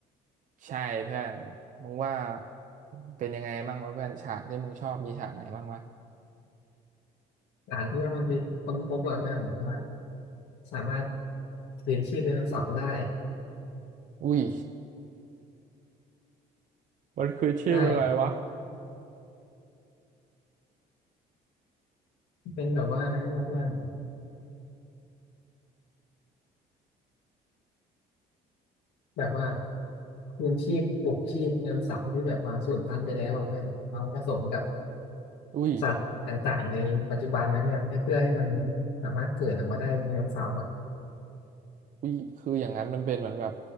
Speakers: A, on the right (about 50°); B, on the left (about 80°).
A: ใช่เพื่อนมึงว่าเป็นยังไงบ้างวะเพื่อนฉากที่มึงชอบมีฉากไหนบ้างวะ
B: หลังที่ว่ามันไปค้นพบเหรอเพื่อนว่าสามารถคืนชีพไดโนเสาร์ได้
A: อุ้ยมันคือชื่ออะไรวะ
B: ได้เป็นแบบว่านั่นนะเพื่อนแบบว่าคืนชีพปลุกชีพไดโนเสาร์ที่แบบว่าสูญพันธุ์ไปแล้วอะเพื่อนเอาผสมกับ
A: อุ้ย
B: สัตว์ต่างๆในปัจจุบันนะเพื่อนให้เพื่อให้มันสามารถเกิดออกมาได้เป็นไดโนเสาร์อะ
A: อุ้ยคืออย่างนั้นมันเป็นเหมือนแบบ